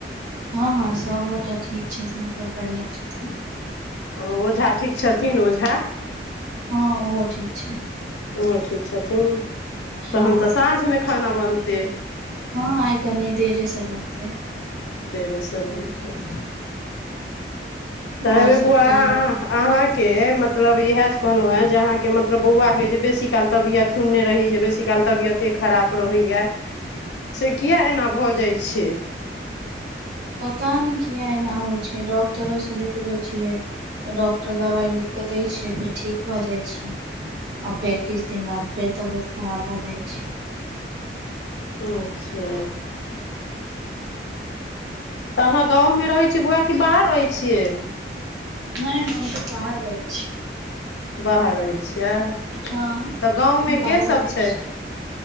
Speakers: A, on the right; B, on the left.
A: हँ- हँ सभगोटा ठीक छथिन खूब बढ़ियाँ छथिन।
B: ओ ओझा ठीक छथिन ओझा।
A: हँ ओहो ठीक छैथ।
B: ओहो ठीक छथिन तहन
A: हँ
B: त साँझमे खाना बनतै।
A: हँ आइ कनी देरे स बनतै।
B: देरे स बनतै। त अय
A: और
B: बेर
A: सब
B: बोआ आ
A: कहियौ
B: अहाँके मतलब इहे से कहलों हे जे अहाँके मतलब बौआ के जे बेसी काल तबियत सुनने रही जे बेसीकाल तबियते खराब रहैया से किया एना भ जाइ छैय।
A: पता नै किया एना होइ छैय डॉक्टरो से देखबै छियै। डॉक्टर दबाइ लिख कऽ दै छैय फेर ठीक भ जाइ छैय। आ फेर किछ दिन बाद फेर तबियत खराब भ जाइ छैय।
B: अच्छा। त अहाँ गाँवमे रहै छियै बौआ कि बाहर रहै छियै।
A: नहि हम बाहर रहै छियै।
B: बाहर रहै छियै त
A: हँ
B: गाँवमे
A: बाहरे
B: के सब
A: रहै
B: छैथ।